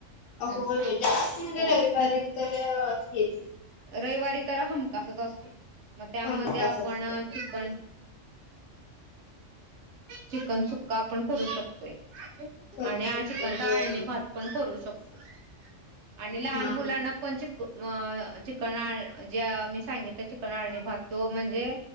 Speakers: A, on the right; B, on the left.
A: हम्म
B: होय जास्त म्हणजे
A: होय
B: रविवारी तर हेच.
A: रविवारी तर हमखासच असतो. मग त्यामध्ये
B: हमखास
A: आपण
B: असत
A: चिकन चिकन सुक्का आपण करू शकतोय.
B: करू
A: आणि-आणि
B: शकतो
A: चिकन
B: होय
A: आळणी
B: होय
A: भात पण करू शकतो. आणि लहान
B: हा
A: मुलांना
B: हा
A: पण च चिकनळ जे मी सांगितलं चिकनाळणी भात तो म्हणजे